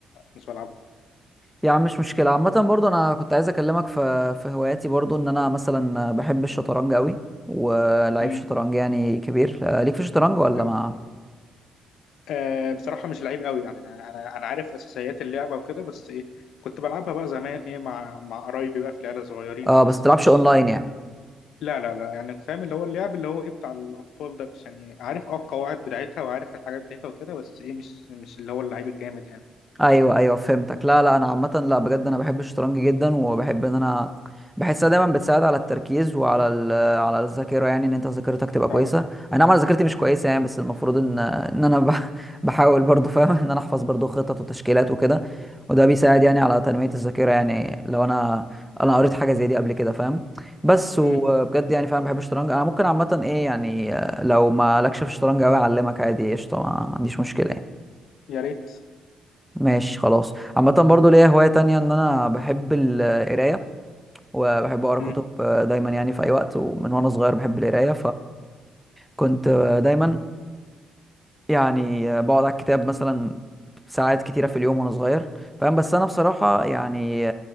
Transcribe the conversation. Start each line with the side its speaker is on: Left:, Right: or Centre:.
Left: مش بلعبها
Centre: يا عم مش مشكلة عامة برضو أنا كنت عايز أكلمك في في هواياتي برضو إن أنا مثلا بحب الشطرنج أوي ولعيب
Left: امم
Centre: شطرنج يعني كبير آه، ليك في الشطرنج ولا
Left: حلو
Centre: ما
Left: آه بصراحه مش لعيب قوي يعني انا انا انا عارف اساسيات اللعبه وكده بس ايه كنت بلعبها بقى زمان ايه مع مع قرايبي بقى في العيله صغيرين
Centre: آه
Left: بس
Centre: بس تلعبش
Left: ايه مش
Centre: أونلاين يعني
Left: لا لا لا يعني فاهم اللي هو اللعب اللي هو ايه بتاع الاطفال ده مش يعني عارف اه القواعد بتاعتها وعارف الحاجات بتاعتها وكده بس ايه مش مش اللي هو اللعيب الجامد يعني
Centre: ايوه ايوه فهمتك لا لا انا عامه لا بجد انا بحب الشطرنج جدا وبحب ان انا بحسها دايما بتساعد على التركيز وعلى ال... على الذاكره يعني ان انت ذاكرتك تبقى كويسه
Left: فعلا
Centre: انا نعم انا ذاكرتي مش كويسه يعني بس المفروض ان ان انا بح... <laughs> بحاول برضو فاهم ان انا احفظ برضو خطط وتشكيلات وكده وده بيساعد يعني على تنميه الذاكره يعني لو انا انا قريت حاجه زي دي قبل كده فاهم بس وبجد
Left: امم
Centre: يعني فاهم بحب الشطرنج انا ممكن عامه ايه يعني لو ما لكش في الشطرنج قوي اعلمك عادي قشطه ما عنديش مشكله يعني.
Left: يا ريت
Centre: ماشي خلاص عامة برضو ليا هواية تانية ان انا بحب القراية وبحب اقرا
Left: امم
Centre: كتب آه، دايما يعني في اي وقت ومن وانا صغير بحب القراية فكنت آه، دايما يعني آه، بقعد على الكتاب مثلا ساعات كتيرة في اليوم وانا صغير فاهم بس انا بصراحة يعني